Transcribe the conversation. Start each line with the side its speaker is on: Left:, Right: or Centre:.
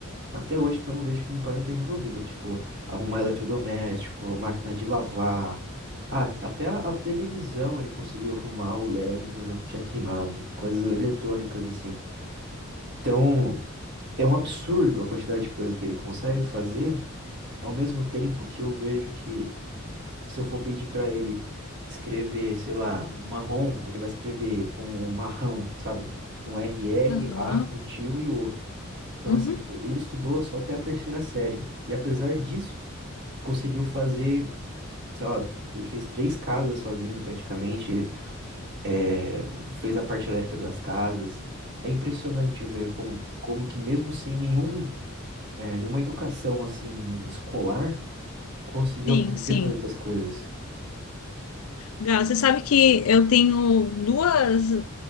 Right: Até hoje que eu não vejo que meu pai não tem resolvido. Tipo, arrumar eletrodoméstico, máquina de lavar. Ah, até a, a televisão ele conseguiu arrumar o LED da televisão que tinha queimado. Coisas eletrônicas assim. Então, é um absurdo a quantidade de coisa que ele consegue fazer, ao mesmo tempo que eu vejo que se eu for pedir pra ele escrever, sei lá, marrom, ele vai escrever com marrão, sabe? Com RR,
Left: Aham,
Right: A, com tio e O. Então,
Left: uhum.
Right: assim, ele estudou só até a terceira série. E apesar disso, conseguiu fazer, sei lá, ele fez três casas sozinho praticamente, é, fez a parte elétrica das casas. É impressionante ver como, como que mesmo sem nenhum, é, nenhuma educação, assim, escolar, conseguiu
Left: Sim,
Right: aprender
Left: sim.
Right: a fazer essas coisas.
Left: Gal, você sabe que eu tenho duas,